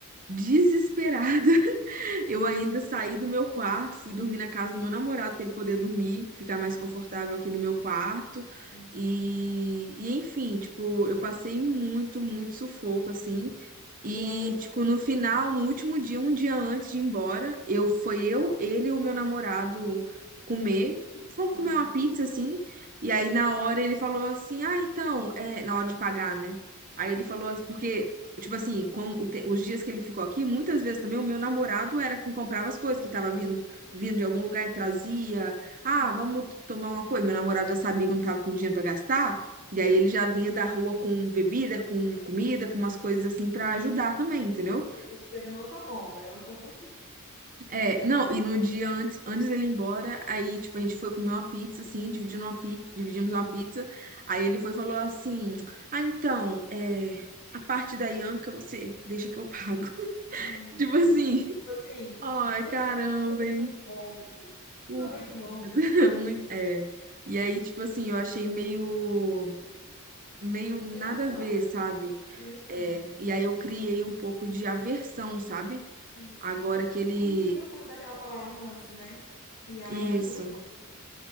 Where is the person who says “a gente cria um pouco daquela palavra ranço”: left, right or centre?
Left